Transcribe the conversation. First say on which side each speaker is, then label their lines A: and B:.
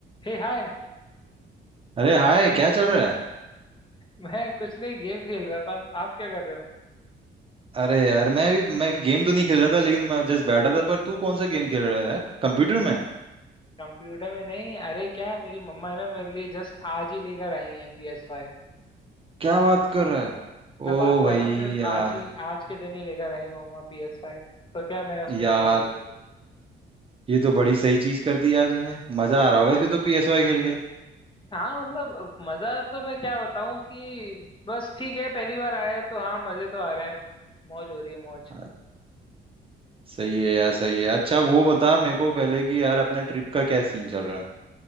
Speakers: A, on the left; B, on the right.
A: हे hi
B: अरे हाय क्या चल रहा है
A: मैं कुछ नहीं गेम खेल रहा था आप क्या कर रहे हो
B: अरे यार मैं अभी मैं गेम तो नहीं खेल रहा था लेकिन मैं जस्ट बैठा था पर तू कौन सा गेम खेल रहा है यार कंप्यूटर में
A: कंप्यूटर में नहीं अरे क्या मेरी मम्मा है ना मेरे लिए जस्ट आज ही लेकर आई है पी एस फाइव
B: क्या बात कर रहा है ओ
A: मैं बात कर
B: भाई
A: रहा हूँ सिर्फ
B: यार
A: आज हम्म, ही आज के दिन ही लेकर आई हूँ मम्मा पी एस फाइव तो क्या मैं उसमें
B: यार
A: गेम खेल रहा हूँ।
B: ये तो बड़ी सही चीज कर दी यार तूने मजा आ रहा होगा फिर तो पीएसवाई खेल के
A: हाँ मतलब मजा तो मैं क्या बताऊँ कि बस ठीक है पहली बार आया है तो हाँ मजे तो आ रहे हैं मौज हो रही है मौज
B: आ, सही है यार सही है अच्छा वो बता मेरे को पहले कि यार अपने ट्रिप का क्या सीन चल रहा है